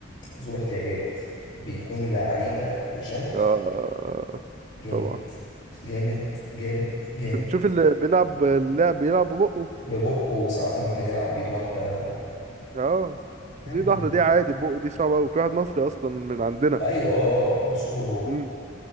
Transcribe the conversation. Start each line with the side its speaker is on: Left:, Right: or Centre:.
Left: ذو احتياجات بيكونوا لعيبه بشكل
Right: اه
Left: جامد
Right: طبعا
Left: جامد جامد جامد
Right: شو بتشوف اللي بيلعب اللاعب بيلعب ببقه
Left: ببقه ساعات ممكن يلعب بايد واحده
Right: اه
Left: يعني
Right: بس ايد واحده دي عادي بقه دي صعبه قوي في واحد مصري اصلا من عندنا
Left: ايوه اه آه، مشهور هو
Right: امم